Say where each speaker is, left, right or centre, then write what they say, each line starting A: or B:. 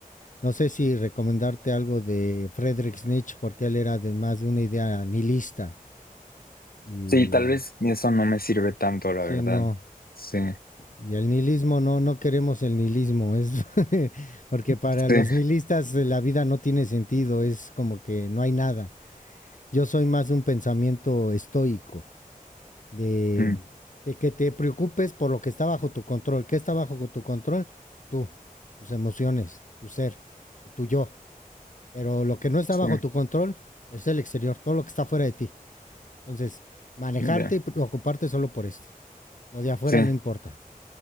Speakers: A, on the left (about 60°); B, on the left (about 85°).
A: no sé si recomendarte algo de Friedrich Nietzsche, porque él era de más de una idea nihilista. Y
B: Sí, tal vez eso no me sirve tanto, la
A: sí,
B: verdad.
A: no,
B: Sí,
A: Y el nihilismo, no, no queremos el nihilismo, es <laughs> porque para
B: sí,
A: los nihilistas eh, la vida no tiene sentido, es como que no hay nada. Yo soy más de un pensamiento estoico, de,
B: mm,
A: de que te preocupes por lo que está bajo tu control. ¿Qué está bajo tu control? Tú, tus emociones, tu ser, tu yo. Pero lo que no está
B: sí,
A: bajo tu control es el exterior, todo lo que está fuera de ti. Entonces, manejarte
B: ya.
A: y preocuparte solo por esto. Lo de afuera
B: Sí,
A: no importa.